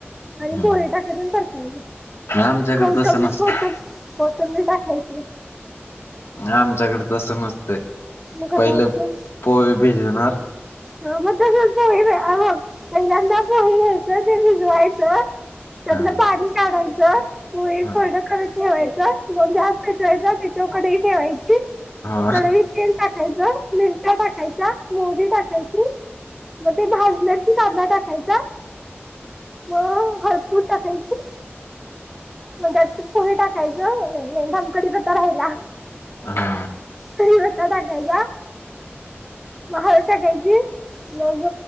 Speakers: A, in the centre; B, on the left.
A: आणि
B: हम्म
A: पोहे टाकायचं आणि परतायचं.
B: आमच्याकडे
A: कौतंबी
B: तसं नसतं
A: कौतम कौतंबीर टाकायची.
B: आमच्याकडे तसं नसतंय
A: मग कसं
B: पहिले
A: असते
B: पोहे भिजिवणार
A: ह मग तसच पोहे हे बघ मग पहिल्यांदा पोहे घ्यायचं ते भिजवायचं त्यातन
B: हा
A: पाणी काढायचं, पोहे
B: हा
A: कोरड करत ठेवायचं मग गॅस पेटवायचा तेच्यावर कढई ठेवायची.
B: हा
A: कडईत तेल टाकायचं, मिरच्या टाकायच्या, मोहरी टाकायची मग ते भाजलं की कांदा टाकायचा मग कूट टाकायची मग त्यात पोहे टाक याचं नाही नाही थांब कढीपत्ता राहिला.
B: हू
A: कडीपत्ता टाकायचा, मग हळद टाकायची. मग